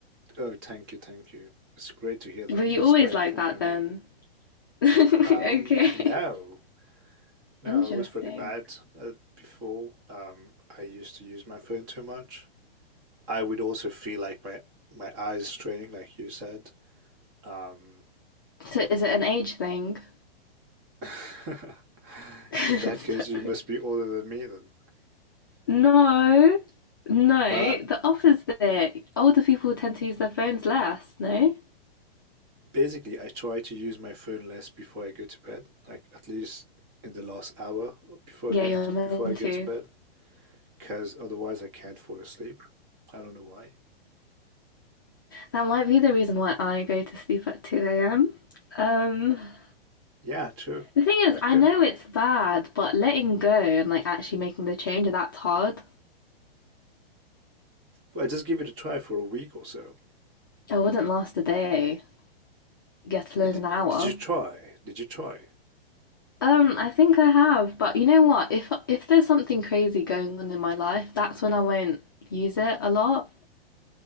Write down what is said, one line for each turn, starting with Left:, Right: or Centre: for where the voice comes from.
Right: Oh, thank you, thank you. It's great to hear that
Left: Were you
Right: you're inspired
Left: always like
Right: from
Left: that
Right: by me.
Left: then? <laughs> Okay,
Right: Um, no, no,
Left: interesting.
Right: it was pretty bad uh, before. Um, I used to use my phone too much. I would also feel like my my eyes straining, like you said. Um,
Left: So is it an age thing?
Right: <laughs>
Left: <laughs>
Right: in that
Left: Sorry.
Right: case, you must be older than me then.
Left: No, no.
Right: But
Left: The opposite. Older people tend to use their phones less. No.
Right: basically, I try to use my phone less before I go to bed, like at least in the last hour before
Left: Yeah,
Right: going
Left: you're
Right: to before
Left: meant
Right: I go
Left: to.
Right: to bed, because otherwise I can't fall asleep. I don't know why.
Left: That might be the reason why I go to sleep at two a.m. Um,
Right: Yeah, true.
Left: the thing is,
Right: That
Left: I
Right: could
Left: know
Right: be it.
Left: it's bad, but letting go and like actually making the change that's hard.
Right: Well, just give it a try for a week or so.
Left: I wouldn't last a day. Get to learn
Right: But did,
Left: an hour.
Right: did you try? Did you try?
Left: Um, I think I have, but you know what? If if there's something crazy going on in my life, that's when I won't use it a lot.